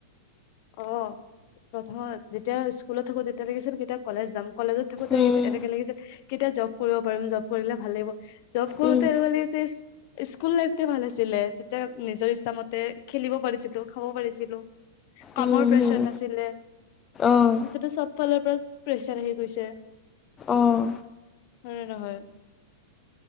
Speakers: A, on the left; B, on the left.
A: অঁ প্ৰথমত যেতিয়া স্কুলত থাকোতে তেতিয়া লাগিছিল কেতিয়া কলেজ যাম। কলেজত থাকোতে
B: উম
A: এনেকে লাগে যে কেতিয়া জব কৰিব পাৰিম জব কৰিলে ভাল লাগিব। জব কৰোতে
B: উম
A: এনেকুৱা লাগিছে ইচ স্কুল লাইফটোৱে ভাল আছিলে তেতিয়া নিজৰ ইচ্ছামতে খেলিব পাৰিছিলো খাব পাৰিছিলো। কামৰ
B: উম
A: প্ৰেছাৰ
B: হুম
A: নাছিলে।
B: অঁ
A: এতিয়াটো চব ফালৰ পৰা প্ৰেছাৰ আহি গৈছে।
B: অঁ
A: হয় নে নহয়?